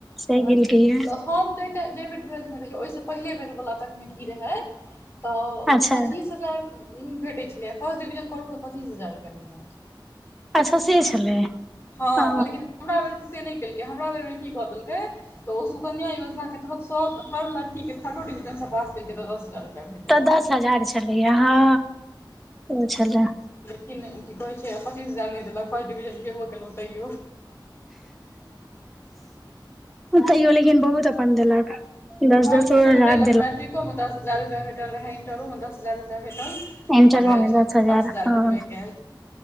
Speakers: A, in the centre; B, on the left.
A: सहि
B: हमरा सबके
A: केलकय या
B: तऽ हम ट्वेल्थ मे रहियौ ओहिसँ पहिले बेर वला तक मे की रहे तऽ
A: अच्छा
B: पच्चीस हजार भेटैत छलै फर्स्ट डिवीजन करू तऽ पचीस हजार रुपआ मिलत
A: अच्छा से छलै
B: हँ
A: ओ
B: लेकिन हमरा बेर से नहि केलकय हमरा बेर मे की कऽ देलकय तऽ ओ सुकन्या योजना के तहत सभ हर लड़की के थर्डो डिवीजन से पास केलकै रहऽ दस हजार रुपैआ भेटलै
A: तऽ दस हजार छलैए हँ ओ छलै
B: कि की कह छै पचीस हजार नहि देलक फर्स्ट डिवीजन केबो केलहुँ तैयो
A: तैयो लेकिन बहुत अपन देलक दस
B: हँ
A: दस हजार
B: तऽ देलक मैट्रिकोमे दस हजार रुपआ भेटल रहै इंटरो मे दस हजार रुपआ भेटल
A: इंटरो
B: आ ग्रजुएशन
A: मे दस
B: तऽ पचास हजार
A: हँ
B: भेटबे केल